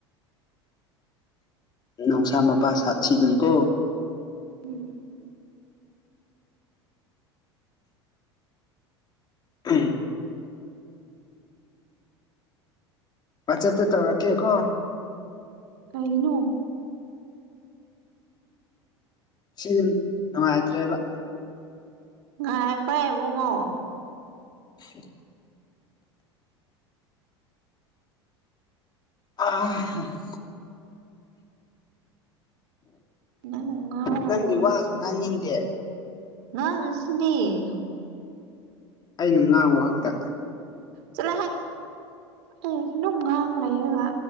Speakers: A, on the left; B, on the right.
A: ꯅꯧꯁꯥ ꯃꯄꯥ ꯁꯥꯊꯤꯕ ꯀꯣ
B: ꯎꯝ
A: ꯎꯝ ꯋꯥꯆꯠꯇ ꯇꯧꯔꯛꯀꯦꯀꯣ
B: ꯀꯩꯅꯣ
A: ꯁꯤ ꯅꯨꯡꯉꯥꯏꯇ꯭ꯔꯦꯕ
B: ꯉꯥꯏꯈꯣ ꯏꯕꯨꯡꯉꯣ
A: ꯎ ꯑ <unintelligible>
B: ꯅꯪ ꯉꯥꯎꯔꯕꯣ
A: ꯅꯪꯗꯤ ꯋꯥꯁꯨ ꯉꯥꯡꯅꯤꯡꯗꯦ
B: ꯉꯥꯉꯁꯤꯅꯤ
A: ꯑꯩꯅ ꯉꯥꯡꯕ ꯈꯛꯇ
B: ꯆꯂꯍꯦ ꯑꯩꯅꯁꯨ ꯗꯨꯝ ꯉꯥꯡ ꯂꯩꯔꯒꯥ